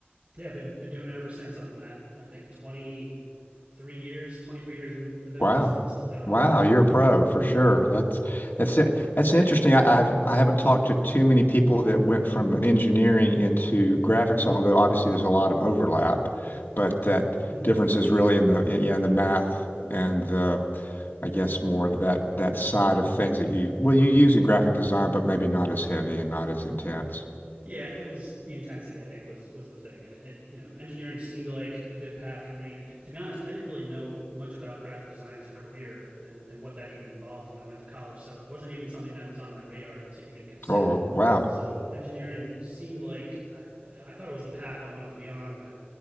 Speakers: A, on the right; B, on the left.
A: yeah, I've been been doing it ever since. I'm at I think 23 years, 23 years in, in the business,
B: Wow.
A: and still going.
B: Wow, you're a pro for sure. That's that's it- that's interesting. I, I've I haven't talked to too many people that went from an engineering into graphics, although obviously there's a lot of overlap, but that
A: Mm-hmm.
B: difference is really in the in, yeah, in the math and the I guess more of that that side of things that you well you use in graphic design, but maybe not as heavy and not as intense.
A: Yeah, it was the intensity. I think was was the thing, and it you know engineering seemed like a good path for me. And to be honest, I didn't really know much about graphic design as a career and and what that even involved when I went to college. So it wasn't even something that was on my radar to even consider.
B: Oh, wow.
A: So engineering seemed like I th- I thought it was the path I wanted to be on, but